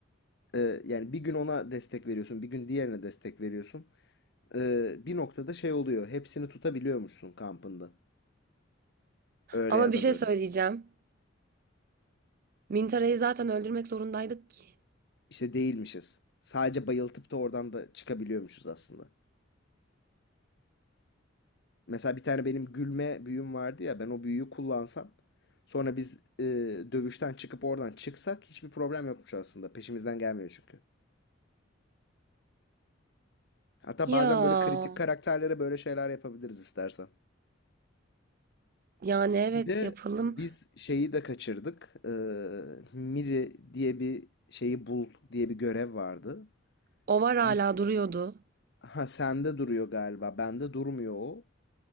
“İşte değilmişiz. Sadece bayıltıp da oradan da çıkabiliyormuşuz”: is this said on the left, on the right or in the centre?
Left